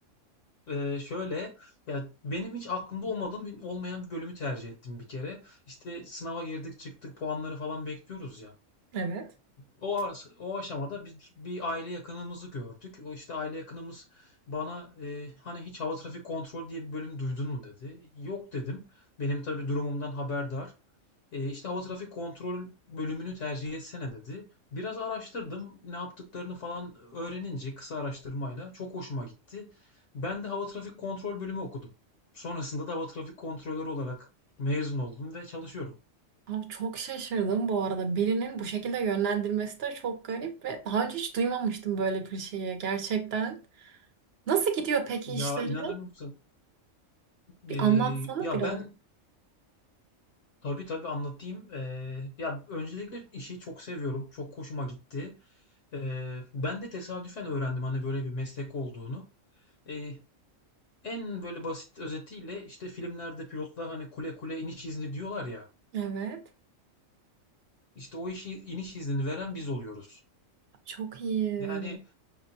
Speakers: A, on the left; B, on the right.
A: e, şöyle, ya benim hiç aklımda olmadığım bir- olmayan bir bölümü tercih ettim bir kere. İşte sınava girdik, çıktık, puanları falan bekliyoruz ya.
B: Evet.
A: O aras- o aşamada bir, bir aile yakınımızı gördük. O işte aile yakınımız bana e, hani hiç hava trafik kontrolü diye bir bölüm duydun mu dedi. Yok dedim. Benim tabii durumumdan haberdar. E, işte hava trafik kontrol bölümünü tercih etsene dedi. Biraz araştırdım. Ne yaptıklarını falan öğrenince kısa araştırmayla çok hoşuma gitti. Ben de hava trafik kontrol bölümü okudum. Sonrasında da hava trafik kontrolörü olarak mezun oldum ve çalışıyorum.
B: Abi çok şaşırdım bu arada. Birinin bu şekilde yönlendirmesi de çok garip ve daha önce hiç duymamıştım böyle bir şeyi gerçekten. Nasıl gidiyor peki
A: Ya
B: işleri?
A: inanır mısın?
B: Bir
A: Ee,
B: anlatsana
A: ya
B: biraz.
A: ben Tabii tabii anlatayım. Eee, ya öncelikle işi çok seviyorum. Çok hoşuma gitti. Eee, ben de tesadüfen öğrendim hani böyle bir meslek olduğunu. Eee, en böyle basit özetiyle işte filmlerde pilotlar hani kule kule iniş izni diyorlar ya.
B: Evet.
A: İşte o işi iniş iznini veren biz oluyoruz.
B: Çok iyi.
A: Yani